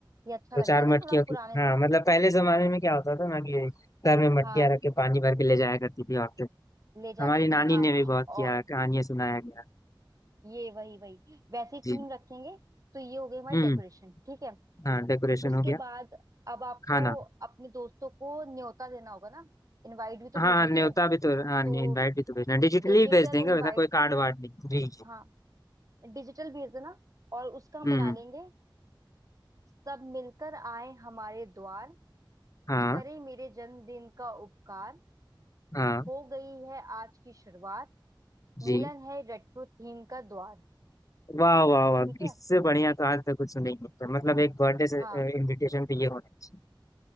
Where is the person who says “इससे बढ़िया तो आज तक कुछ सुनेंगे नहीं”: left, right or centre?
Left